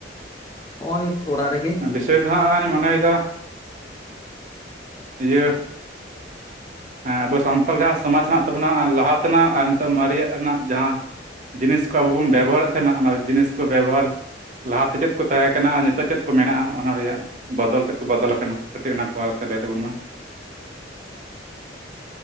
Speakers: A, on the left (about 20°); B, on the right (about 40°).
A: ᱱᱚᱜᱼᱚᱭ ᱚᱲᱟᱜ ᱨᱮᱜᱮ
B: ᱵᱤᱥᱚᱭ ᱫᱚ ᱦᱟᱸᱜ ᱢᱚᱱᱮ ᱮᱫᱟ ᱤᱭᱟᱹ ᱟᱵᱚ ᱥᱟᱱᱛᱟᱲ ᱡᱟᱦᱟᱸ ᱥᱚᱢᱟᱡᱽ ᱦᱮᱱᱟᱜ ᱛᱟᱵᱚᱱᱟ ᱞᱟᱦᱟ ᱛᱮᱱᱟᱜ ᱟᱨ ᱱᱤᱛᱚᱜ ᱢᱟᱨᱮᱭᱟᱜ ᱨᱮᱱᱟᱜ ᱡᱟᱦᱟᱸ ᱡᱤᱱᱤᱥ ᱠᱚ ᱟᱵᱚ ᱵᱚᱱ ᱵᱮᱵᱚᱦᱟᱨ ᱮᱫ ᱛᱟᱦᱮᱱᱟ ᱚᱱᱟ ᱡᱤᱱᱤᱥ ᱠᱚ ᱵᱮᱵᱚᱦᱟᱨ ᱞᱟᱦᱟ ᱛᱮ ᱪᱮᱫ ᱠᱚ ᱛᱟᱦᱮᱸ ᱠᱟᱱᱟ ᱟᱨ ᱱᱤᱛᱚᱜ ᱪᱮᱫ ᱠᱚ ᱢᱮᱱᱟᱜᱼᱟ ᱚᱱᱟ ᱨᱮᱭᱟᱜ ᱵᱚᱫᱚᱞ ᱪᱮᱫ ᱠᱚ ᱵᱚᱫᱚᱞ ᱟᱠᱟᱱᱟ ᱠᱟᱹᱴᱤᱡ ᱚᱱᱟ ᱠᱚ ᱵᱟᱨᱮ ᱛᱮ ᱞᱟᱹᱭ ᱛᱟᱵᱚᱱ ᱢᱮ